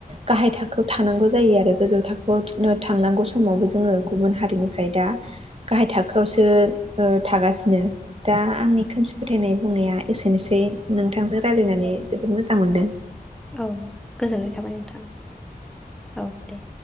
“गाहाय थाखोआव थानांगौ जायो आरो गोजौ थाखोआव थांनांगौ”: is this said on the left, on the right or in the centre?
Right